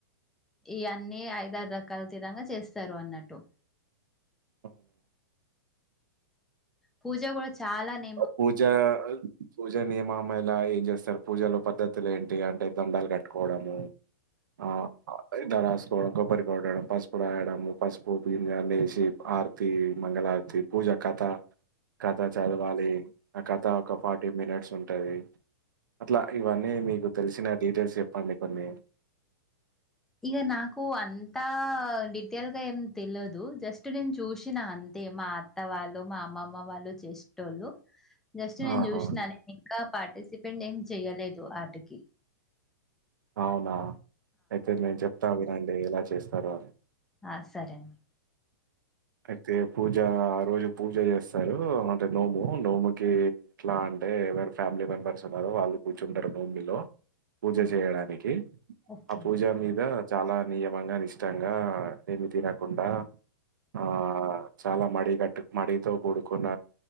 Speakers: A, in the centre; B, on the right (about 80°).
A: ఇయన్నీ ఐదారు రకాల తిరంగ చేస్తారు. అన్నట్టు
B: అవును
A: పూజ కూడా చాలానె
B: పూజ పూజా నియమాము ఏలా చేస్తారు పూజలొ పద్ధతులు ఏంటి అంటె దండాలు కట్టుకోవడము. ఆ అ ఇలా రాసుకోవడం కొబ్బరి కొట్టడం పసుపు రాయడము పసుపు పిండి అన్ని జెసి ఆర్తి మంగళారతి పూజ కథ కథ చదవాలి ఆ కథ ఒక ఫార్టీ మినిట్స్ ఉంటది అట్లా ఇవన్నీ మీకు తెలిసిన డీటెయిల్స్ చెప్పండి కొన్ని
A: ఇక నాకు అంతా డీటెల్గా ఏం తెలియదు జస్ట్ నేను చూసిన అంతె మా అత్త వాళ్ళు మా అమ్మమ్మ వాళ్ళు చేసేటోళ్లు జస్ట్ నేను
B: ఆహా!
A: చూసినాను ఇంకా పార్టిసిపేంట్ ఏం చెయ్యలేదు ఓఆటికి
B: అవునా అయితె నేన్ చెప్తాలె అంటె ఎలా చేస్తారు అని
A: ఆ సరే అండి
B: అయితె పూజ ఆ రోజు పూజ చేస్తారు అంటె నోము నోముకి ఎట్లా అంటె ఎవరు ఫ్యామిలి మెంబర్స్ ఉన్నారో వాళ్ళు కూర్చుంటారు నోమిలో పూజ
A: ఆహా
B: చేయడానికి
A: ఓకే
B: ఆ పూజ మీద చాలా నియమంగా నిష్టంగా ఏమి తినకుండా ఆ చాలా మడి గట్టు మడితో కూడుకున్న